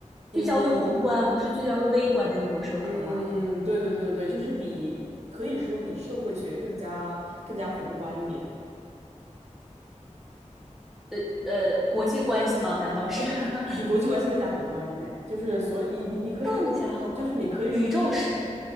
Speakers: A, on the right; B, in the centre.
A: 嗯
B: 聚焦于宏观，不是聚焦于微观的那种社科吗？
A: 嗯，对对对对对，就是比可以说比社会学更加更加宏观一点。
B: 呃呃，国际关系吗？难道是？<laughs>
A: 比国际关系更加宏观一点，就是所以你你可以说，
B: 更加宏观，
A: 就是你可以说这个
B: 宇宙史，